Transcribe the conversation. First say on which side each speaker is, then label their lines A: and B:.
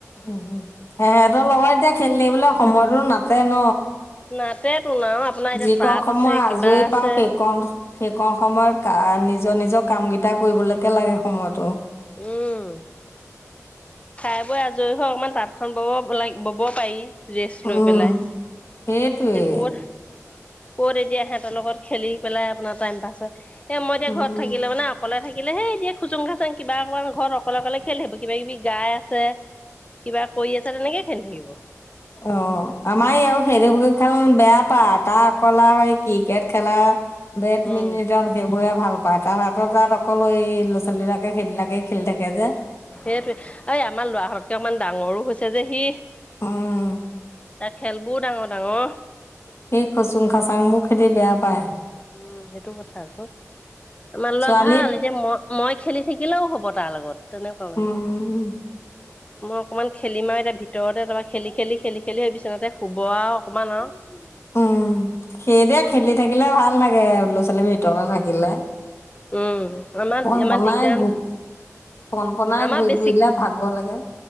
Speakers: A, on the left; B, on the left.
A: উম উম সিহতৰ লগত এতিয়া খেলি থাকিবলৈ সময়তো নাতে ন
B: নাতে তোন আৰু আপোনাৰ এতিয়া
A: যিকণ
B: তাঁত
A: সময়
B: আছে কিবা
A: আজৰি
B: আছে
A: পাও সেইকণ সেই কন সময়ত নিজৰ নিজৰ কাম গ এটা কৰিবলৈকে লাগে সময়তটো
B: উম। খাই বৈ আজৰি হৈ অকমান তাঁতখন বব লাগ বব পাৰি ৰেষ্ট লৈ
A: উম
B: পেলাই,
A: সেইটোৱে
B: স ক'ত কত এতিয়া সিহতৰ লগত খেলি পেলাই আপোনাৰ টাইম পাছত এ মই এতিয়া
A: উম
B: ঘৰত থাকিলে মানে অকলে থাকিল, থাকিলে সেই এতিয়াে খুচুং খাচাং কিবা অকমান ঘৰত অকলে অকলে খেল থাকিব কিবা কিবি গাই আছে। কিবা কৰি আছা তেনেকে খেলি থাকিব।
A: অ আমাৰ আকৌ সেইটো খেল বেয়া পা তাৰ অকলা হয় ক্ৰিকেট খেলা, বেডমিণ্টন
B: উম।
A: সেইবোৰ, ভাল পাই তাত আাত তাত অকল এই ল'ৰা ছোৱালী বিলাকে সেইবিলাকেই খেলি থাকে যে,
B: সেইটোৱে এই আমাৰ লৰাহঁতকে অমান ডাঙৰো হৈছে যে সি,
A: আহ!
B: তাৰ খেলবোৰ ডাঙৰ ডাঙৰ
A: স খুচুং খাচাং মোক খেদি বেয়া পায়।
B: উম সেইটো কথা আকৌ আমাৰ
A: ছোৱালী
B: লগ ভাল মই মই খেলি থাকিলেও হ'ব তাৰ লগত। তেনেকুৱা
A: উম
B: মানে। মই অকমান খেলিম আৰু এতিয়া ভিতৰতে তাৰপা খেলি খেলি খেলি খেলি বিচনাতে শুব আৰু অকনমান আৰু
A: উম সেইদে খেলি থাকিলে ভাল লাগে। হে ল'ৰা ছোৱালী ভিতৰতে থাকিলে
B: উম আমাৰ
A: অকমান
B: আমাৰ
A: বনাই
B: দিগদাৰ
A: গো পন পনাই
B: আমাৰ
A: ঘূৰি
B: বেছি
A: ফুৰিলে ভাগৰ লাগে।